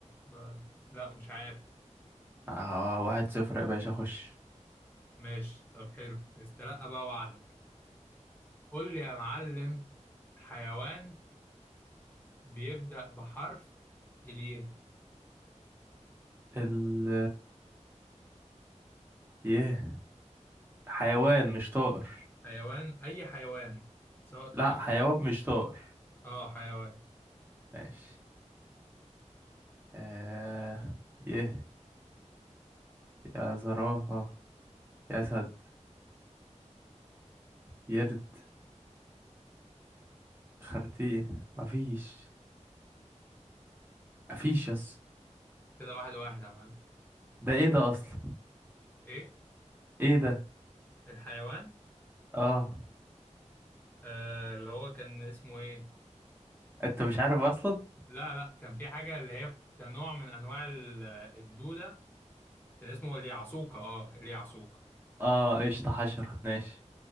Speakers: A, on the left; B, on the right.
A: بلد لا مش عارف
B: آه واحد صفر يا باشا خش
A: ماشي طب حلو استلقى بقى وعدك قول لي يا معلم حيوان بيبدأ بحرف الياء
B: ال <laughs> يه حيوان مش طائر
A: حيوان اي حيوان سواء طائر
B: لأ حيوان
A: أو-
B: مش طائر
A: اه حيوان
B: ماشي آه يه يا زرافة أسد يرد خرتيه مفيش مفيش يس
A: كده واحد واحد يا معلم
B: ده ايه ده أصلا
A: ايه
B: ايه ده
A: الحيوان
B: اه
A: آه اللي هو كان اسمه ايه
B: انت مش عارف أصلا
A: لا لا كان في حاجه اللي هي كان نوع من انواع ال- الدوده كان اسمه اليعصوكه اه اليعصوكه
B: اه قشطة حشرة ماشي